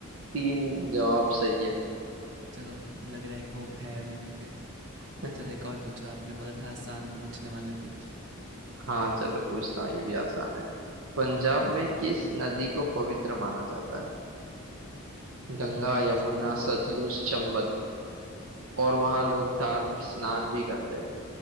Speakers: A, on the right; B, on the right.
A: तीन जवाब सही है
B: चलो लग रहा है कि होप है अभी भी फिर
A: <laughs>
B: चलो एक और पूछो आपने बोला था आसान पूछने वाले हो कुछ
A: हाँ चलो पूछता हूँ ये भी आसान है पंजाब में किस नदी को पवित्र माना जाता है गंगा
B: अरे
A: यमुना
B: सारी पवित्र
A: सतलुज
B: है।
A: चंबल और वहां
B: ये
A: लोग धार्मिक स्नान भी करते हैं